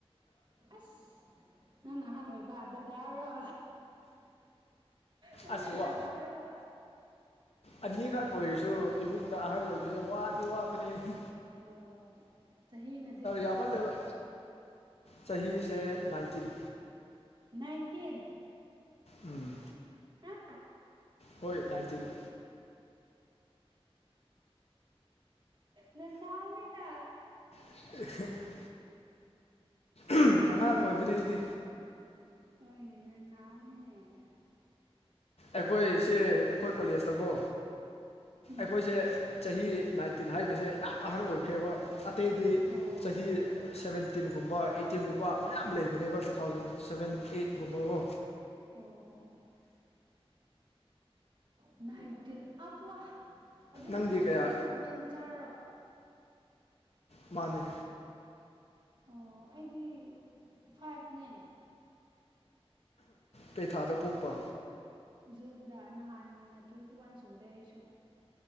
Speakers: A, on the right; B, on the left.
A: ꯑꯁ ꯅꯪꯅ ꯑꯍꯟ ꯑꯣꯏꯕ ꯗꯗꯥꯔꯣ꯫ ꯅꯪꯅ
B: ꯑꯁ
A: ꯗꯗꯥꯔꯣ꯫
B: ꯋꯥ ꯑꯅꯤꯈꯛ ꯑꯣꯏꯔꯁꯨ ꯏꯃꯨꯡꯗ ꯑꯍꯜ ꯑꯣꯏꯕꯁꯦ ꯋꯥꯗꯤ ꯋꯥꯕꯅꯤꯍꯦ꯫
A: ꯑꯣ ꯍꯣꯏ ꯆꯍꯤꯅꯗꯤ ꯀꯌꯥ
B: ꯌꯥꯝꯃꯜꯂꯦꯕ
A: ꯁꯨꯕ꯫
B: ꯆꯍꯤꯁꯦ ꯅꯥꯏꯟꯇꯤꯟ꯫
A: ꯅꯥꯏꯟꯇꯤꯟ꯫
B: ꯎꯝ꯫
A: ꯍꯥ
B: ꯍꯣꯏ ꯅꯥꯏꯟꯇꯤꯟ꯫
A: ꯅꯅꯥꯎꯅꯤꯅ꯫
B: <inaudible> ꯎꯝ ꯑꯉꯥꯡ ꯑꯣꯏꯕꯅꯤ ꯑꯩꯗꯤ꯫
A: ꯍꯣꯏꯅꯦ ꯅꯅꯥꯎꯅꯤꯅꯦ꯫
B: ꯑꯩꯈꯣꯏ ꯁꯦ ꯑꯩꯈꯣꯏ ꯀꯣꯂꯦꯖꯇꯀꯣ
A: ꯎꯝ
B: ꯑꯩꯈꯣꯏꯁꯦ ꯆꯍꯤ ꯅꯥꯏꯟꯇꯤꯟ ꯍꯥꯏꯕꯁꯦ ꯌꯥꯝ ꯑꯍꯟ ꯑꯣꯏꯈ꯭ꯔꯦꯕ ꯑꯇꯩꯗꯤ
A: ꯑꯣ
B: ꯆꯍꯤ ꯁꯕꯦꯟꯇꯤꯟꯒꯨꯝꯕ ꯑꯩꯠꯇꯤꯟꯒꯨꯝꯕ ꯃꯌꯥꯝ ꯂꯩꯕꯅꯦꯕ ꯇꯨ ꯊꯥꯎꯖꯟ ꯁꯕꯦꯟ ꯑꯩꯠꯒꯨꯝꯕꯀꯣ
A: ꯑꯣ ꯅꯥꯏꯟꯇꯤꯟ ꯑꯞꯄ꯭ꯋꯥ ꯑꯗꯨꯗꯤ
B: ꯅꯪꯗꯤ
A: ꯅꯪ ꯇꯨ
B: ꯀꯌꯥ
A: ꯊꯥꯎꯖꯟ ꯁꯚꯦꯟ ꯆꯥꯔꯣ꯫
B: ꯃꯥꯅꯦ꯫
A: ꯑꯣ ꯑꯩꯗꯤ ꯐꯥꯏꯚꯅꯦ꯫
B: ꯀꯩ ꯊꯥꯗ ꯄꯣꯛꯄ꯫
A: ꯖꯨꯟꯗ ꯅꯍꯥꯟꯅ ꯇ꯭ꯋꯦꯟꯇꯤ ꯋꯥꯟ ꯁꯨꯔꯦ ꯑꯩꯁꯨ꯫